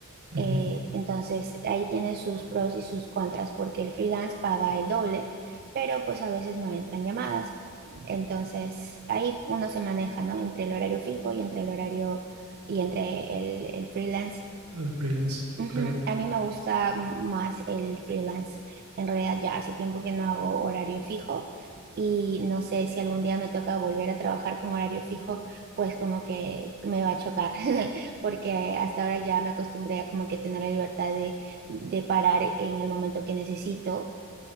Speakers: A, on the right; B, on the right.
A: ujú,
B: Eh, entonces, ahí tiene sus pros y sus contras porque el freelance paga el doble, pero pues a veces no entran llamadas. Entonces, ahí uno se maneja, ¿no? Entre el horario fijo y entre el horario y entre el, el freelance.
A: Los freelance,
B: Ujú,
A: claro,
B: A mí me gusta más el freelance. En realidad ya hace tiempo que no hago horario fijo y no sé si algún día me toca volver a trabajar con horario fijo, pues como que me va a chocar, <laughs> porque hasta ahora ya me acostumbré a como que tener la libertad de, de parar en el momento que necesito